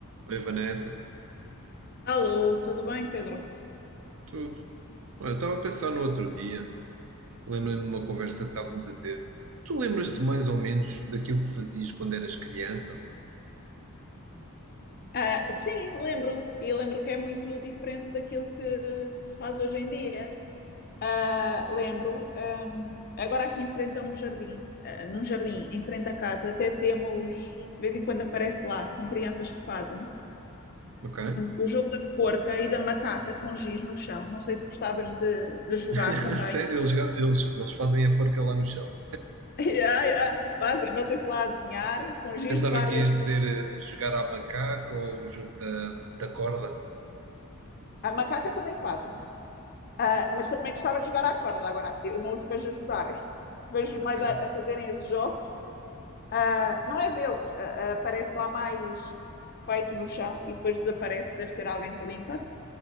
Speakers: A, on the right; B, on the left.
A: Oi, Vanessa.
B: Alô, tudo bem, Pedro?
A: Tudo. Olha, eu estava a pensar no outro dia. Lembrei-me de uma conversa que estávamos a ter. Tu lembras-te mais ou menos daquilo que fazias quando eras criança?
B: Ah, sim, lembro, e lembro que é muito diferente daquilo que, que se faz hoje em dia. Ah, lembro, ahm, agora aqui em frente a um jardim, ah, num jardim, em frente à casa, até temos, de vez em quando aparece lá, que são crianças que fazem,
A: Ok?
B: o jogo da forca e da macaca com giz no chão. Não sei se gostavas de, de jogar
A: <laughs>
B: também.
A: Sério,
B: <laughs>
A: eles, ga- eles, eles fazem a forca lá no chão.
B: Yeah, yeah, fazem, metem-se lá a desenhar, com giz
A: Pensava
B: de várias
A: que ias dizer
B: cores.
A: eh, jogar à macaca ou o jogo da, da corda.
B: A macaca também fazem. Ah, mas também gostava de jogar à corda. Agora, eu não os vejo a jogarem. <laughs> Vejo
A: Ok.
B: mais a, a fazerem esses jogos. Ah, não é vê-los. ah, ah, parece lá mais feito no chão e depois desaparece. Deve ser alguém que limpa.